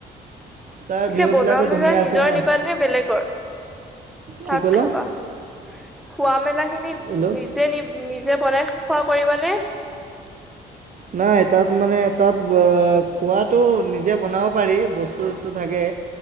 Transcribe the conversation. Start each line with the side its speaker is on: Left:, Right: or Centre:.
Right: তাৰ
Centre: পিছে,
Right: ভিউ
Centre: বনোৱা
Right: বিলাকো
Centre: মেলা
Right: ধুনীয়া আছে
Centre: নিজৰ
Right: ন
Centre: নিবানে বেলেকৰ? তাত
Right: কি ক'ল
Centre: খাবা, খোৱা মেলা খিনিত
Right: হেল্ল'
Centre: নি- যে নি নিজে বনাই খোৱা কৰিবানে?
Right: নাই তাত মানে তাত খোৱাটো নিজে বনাব পাৰি। বস্তু- বস্তু থাকে